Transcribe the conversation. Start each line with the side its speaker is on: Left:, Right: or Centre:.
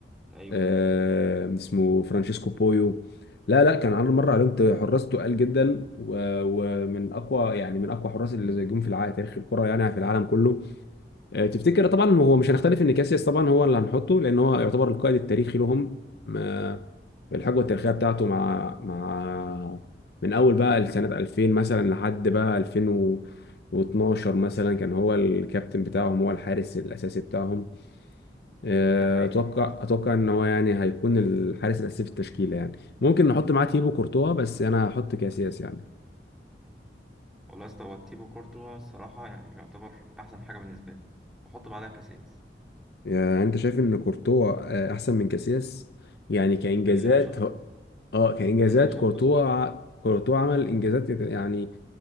Centre: ايوه
Left: آه... اسمه فرانشيسكو بويو لا لا كان عامل مره عليهم حراس تقال جدا و... ومن اقوى يعني من اقوى حراس اللي جم في العالم تاريخ الكره يعني في العالم كله آه، تفتكر طبعا هو مش هنختلف ان كاسياس طبعا هو اللي هنحطه لان هو يعتبر القائد التاريخي لهم ما- الحقبه التاريخيه بتاعته مع مع من اول بقى سنه 2000 مثلا لحد بقى 2012 مثلا كان هو الكابتن بتاعهم هو الحارس الاساسي بتاعهم آه،
Centre: ده حقيقة
Left: اتوقع
Centre: الناس
Left: اتوقع ان هو يعني هيكون الحارس الاساسي في التشكيله يعني ممكن نحط معاه تيبو كورتوا بس انا هحط كاسياس يعني
Centre: والله يا اسطى هو تيبو كورتو الصراحة يعني يعتبر أحسن حاجة بالنسبة لي بحط بعدها كاسياس
Left: يعني انت شايف ان كورتوا آه، احسن من كاسياس يعني كانجازات
Centre: باللي أنا شفته
Left: هو- اه كانجازات
Centre: باللي أنا شفته
Left: كورتوا
Centre: الصراحة
Left: ع- كورتوا عمل انجازات يت- يعني